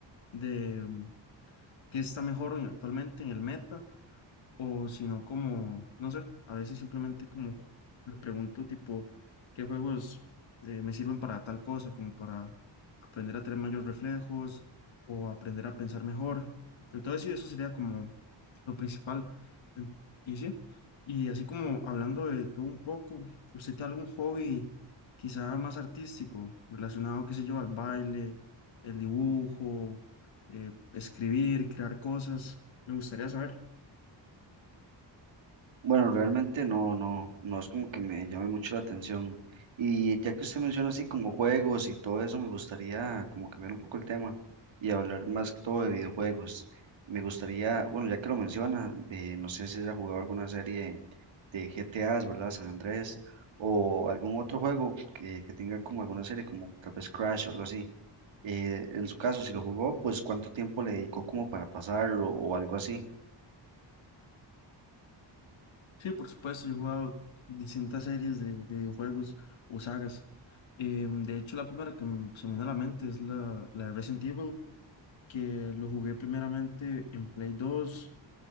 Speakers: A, on the left; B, on the right.
A: de mm, qué está mejor en- actualmente en el meta o si no como, no sé, a veces simplemente como ju- le pregunto tipo qué juegos eh, me sirven para tal cosa, como para aprender a tener mayores reflejos o aprender a pensar mejor. Entonces sí, eso sería como lo principal. En- Y sí, y así como hablando de todo un poco, ¿usted tiene algún hobby quizá más artístico, relacionado, qué sé yo, al baile, el dibujo, eh, escribir, crear cosas? Me gustaría saber.
B: Bueno, realmente no, no, no es como que me llame mucho la atención. Y ya que usted menciona así como juegos y todo eso, me gustaría como cambiar un poco el tema y hablar más que todo de videojuegos. Me gustaría, bueno, ya que lo menciona, eh, no sé si haya jugado alguna serie de GTAs, ¿verdad? San Andrés, o algún otro juego que, que tenga como alguna serie, como tal vez Crash o algo así. Eh, en su caso, si lo jugó, pues cuánto tiempo le dedicó como para pasarlo o algo así.
A: Sí, por supuesto, yo he jugado distintas series de, de videojuegos o sagas. Em, de hecho, la primera que m- se me viene a la mente es la, la de Resident Evil, que lo jugué primeramente en Play dos